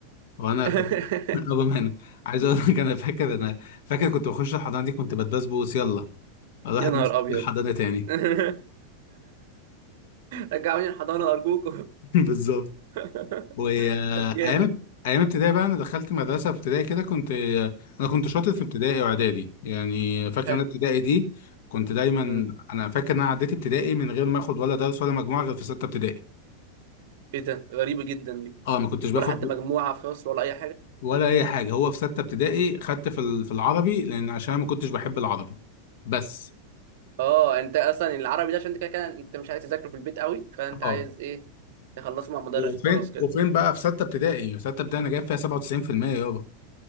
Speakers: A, on the left; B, on the right.
A: وانا
B: <laughs>
A: كنت <laughs> رغم انا عايز اقول لك انا فاكر انا فاكر كنت بخش الحضانه دي كنت بتبسبوس يلا اروح
B: يا
A: أدرس
B: نهار ابيض
A: في الحضانه تاني
B: <laughs> رجعوني الحضانه ارجوكم
A: <laughs> بالظبط
B: <laughs>
A: وايام
B: طب جامد
A: ايام ابتدائي بقى انا دخلت مدرسه في ابتدائي كده كنت انا كنت شاطر في
B: مم.
A: ابتدائي واعدادي يعني فاكر
B: حلو
A: انا ابتدائي دي كنت دايما
B: مم.
A: انا فاكر ان انا عديت ابتدائي من غير ما اخد ولا درس ولا مجموعه غير في سته ابتدائي
B: ايه ده غريبه جدا دي
A: اه ما كنتش باخد
B: ولا حتى مجموعه في فصل ولا اي
A: ولا اي حاجه هو في سته ابتدائي خدت في ال- في العربي لان عشان أنا ما كنتش بحب العربي بس
B: اه انت اصلا العربي ده عشان انت كده كده انت مش عايز تذاكره في البيت قوي فانت
A: اه
B: عايز ايه تخلصه مع مدرس
A: وفين
B: وخلاص كده
A: وفين بقى في سته ابتدائي في سته ابتدائي انا جايب فيها 97% يابا